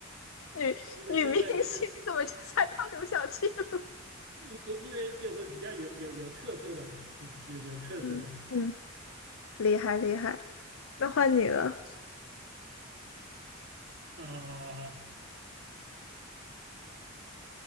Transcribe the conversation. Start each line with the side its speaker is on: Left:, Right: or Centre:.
Left: 女女明星，
Right: 或者现在这个。
Left: 你怎么就猜到刘晓庆了
Right: 因为因为就是比较有有有特色的嘛，有有有特色的
Left: <laughs> 嗯嗯，厉害厉害。那换你了，
Right: 啊、